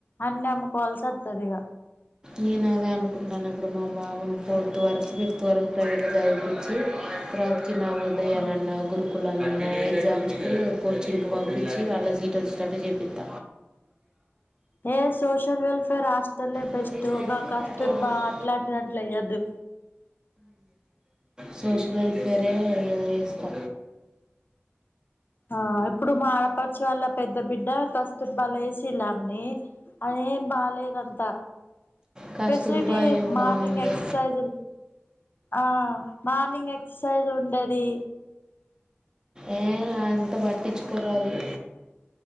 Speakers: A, on the left; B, on the right.
A: అన్ని అమ్ముకోవాల్సి అస్తది ఇగ
B: నేను అదే అనుకుంటున్నాను ఇప్పుడు మా బబును ఫోర్త్ వరకు ఫిఫ్త్ వరకు ప్రైవేట్ లో చదివిపిచ్చి ప్రవచీ నా ఉదయానన్నా
A: మ్మ్
B: గురుకుల్ ఎగ్జామ్స్కి కోచింగ్కీ పంపించి అళ్ళ సీట్ ఓచేటట్టు చేపిత్త
A: ఏ సోషల్ వెల్ఫేర్ హస్టల్ ఎ బెస్ట్
B: ఫోర్టీన్ ల్యాక్స్కి
A: గా కస్తూర్
B: థర్టీ చేసేస్తాను
A: బా అట్లాంటి లెయ్యద్దు
B: సోషల్ వెల్ఫేరే ఇగ ఎస్తా
A: ఆ ఇప్పుడు మా ఆడపడుచు వాళ్ళ పెద్ద బిడ్డ కస్తూర్ బల ఎసిలామని అదేం బాలేేదంతా
B: కస్తూర్బా
A: ఫెసిలిటీ
B: ఏం
A: మార్నింగ్
B: బాగుండే
A: ఎక్సర్సైజ్ ఆ మార్నింగ్ ఎక్ససైజ్ ఉండేది
B: ఏ అంత పట్టించుకోరూ అళ్లు